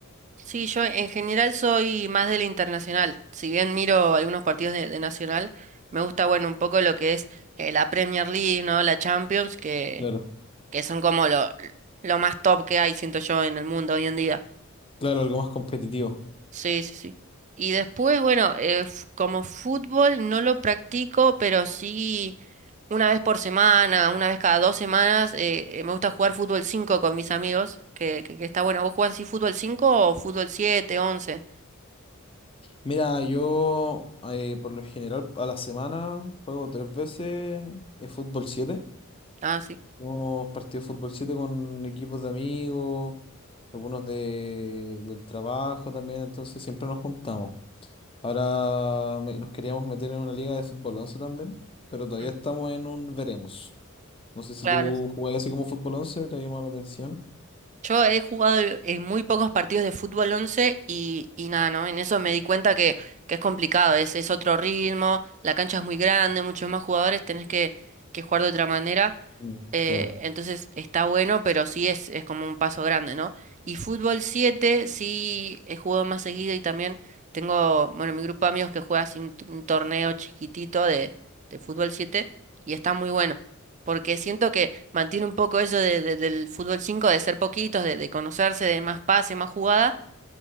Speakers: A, on the right; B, on the left.
A: Sí, yo en general soy más de la internacional. Si bien miro algunos partidos de, de nacional, me gusta, bueno, un poco lo que es eh, la Premier League, ¿no? La Champions, que,
B: Claro,
A: que son como lo, lo más top que hay, siento yo, en el mundo hoy en día.
B: claro, algo más competitivo.
A: Sí, sí, sí. Y después, bueno, eh, f- como fútbol no lo practico, pero sí una vez por semana, una vez cada dos semanas, eh, eh, me gusta jugar fútbol 5 con mis amigos, que, que, que está bueno. ¿Vos jugás así fútbol 5 o fútbol siete, once?
B: Mira, yo eh, por lo general a la semana juego tres veces eh, fútbol 7.
A: Ah, sí.
B: Hemos partido de fútbol 7 con equipos de amigos, algunos de, del trabajo también, entonces siempre nos juntamos. Ahora me- nos queríamos meter en una liga de fútbol 11 también, pero todavía
A: Mm,
B: estamos en un veremos. No sé si
A: Claro.
B: tú jugás así como fútbol 11 te llamó la atención.
A: Yo he jugado en muy pocos partidos de fútbol 11 y, y nada, ¿no? En eso me di cuenta que, que es complicado, es, es otro ritmo, la cancha es muy grande, muchos más jugadores, tenés que, que jugar de otra manera.
B: Mm,
A: eh,
B: Claro.
A: entonces está bueno, pero sí es, es como un paso grande, ¿no? Y fútbol 7 sí he jugado más seguido y también tengo, bueno, mi grupo de amigos que juega así un, t- un torneo chiquitito de, de fútbol 7 y está muy bueno. porque siento que mantiene un poco eso de- de- del fútbol 5 de ser poquitos, de, de conocerse, de más pase, más jugada,